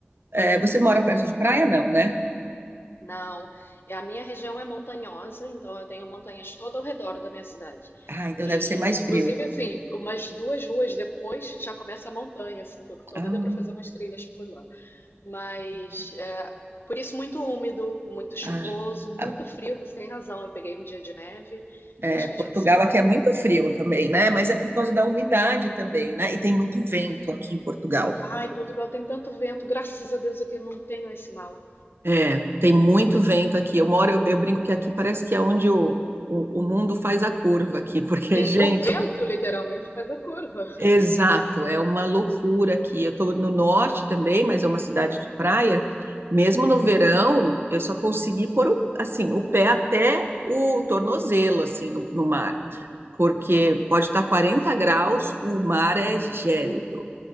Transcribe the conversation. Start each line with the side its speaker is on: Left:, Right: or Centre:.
Right: é, você mora perto de praia, não, né?
Left: Não, e a minha região é montanhosa, então eu tenho montanhas todo ao redor da minha cidade.
Right: Ah, então
Left: E,
Right: deve ser mais
Left: inclusive,
Right: frio.
Left: assim, umas duas ruas depois já começa a montanha, assim, que eu tô
Right: Ah,
Left: doida para fazer umas trilhas por lá. Mas,
Right: entendi.
Left: é, por isso, muito úmido, muito chuvoso,
Right: Ah,
Left: muito
Right: a-
Left: frio, você tem razão. Eu peguei um dia de neve
Right: é,
Left: desde
Right: Portugal
Left: que a gente se mudou.
Right: aqui é muito frio também, né? Mas é por causa da umidade também, né? E tem muito vento aqui em Portugal.
Left: Ai, Portugal tem tanto vento, graças a Deus aqui eu não tenho esse mal.
Right: É, tem muito vento aqui. Eu moro, eu, eu brinco que aqui parece que é onde o, o, o mundo faz a curva aqui, porque,
Left: Hum,
Right: <laughs> gente,
Left: O vento, literalmente, faz a curva. <laughs>
Right: exato, é uma loucura aqui. Eu estou no norte também, mas é uma cidade de praia. Mesmo no verão, eu só consegui pôr o, assim, o pé até o tornozelo, assim, no, no mar. Porque pode estar 40 graus, o mar é gélido.